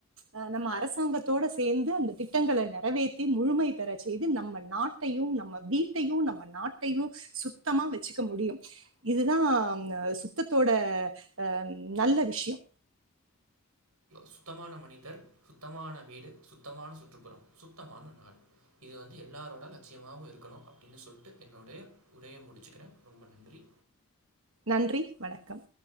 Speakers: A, on the right; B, on the right.
A: அ நம்ம அரசாங்கத்தோட சேந்து அந்த திட்டங்களை நிறைவேத்தி முழுமை பெற செய்து நம்ம நாட்டையு நம்ம வீட்டையு நம்ம நாட்டையு சுத்தமா வச்சுக்க முடியு இதுதா ஹ சுத்தத்தோட அஅ நல்ல விஷயோ
B: சுத்தமான மனிதர் சுத்தமான வீடு சுத்தமான சுற்றுப்புறம் சுத்தமான நாள் இது வந்து எல்லாரோட லட்சியமாவு இருக்கணு அப்டின்னு சொல்லிட்டு என்னுடைய உரைய முடிச்சுக்கிறே ரொம்ப நன்றி
A: நன்றி வணக்கம்